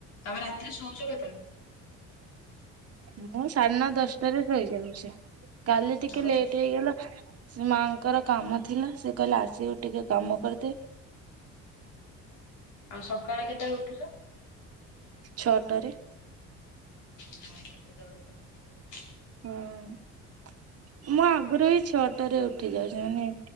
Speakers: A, on the left; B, on the right.
A: ତମେ ରାତିରେ ଶୋଉଚ କେତେବେ?
B: ମୁଁ ସାଢ଼େ ନ ଦଶଟାରେ ଶୋଇଯାଉଛି କାଲି ଟିକେ
A: ଆଉ
B: ଲେଟ୍
A: ସ
B: ହେଇଗଲା। ସେ ମାଆଙ୍କର କାମ ଥିଲା ସେ କହିଲେ ଆସିବ ଟିକେ କାମ କରିଦେ।
A: ଆଉ ସକାଳେ କେତେବେଳେ ଉଠୁଛ?
B: ଛଅଟାରେ।
A: ନାଇଁ କେତେ ଜଲଦି ତମେ ଉଠି ଯାଉଛ।
B: ହଁ ମୁଁ ଆଗରୁ ବି ଛଅଟାରେ ଉଠ ଯାଉଛି ମାନେ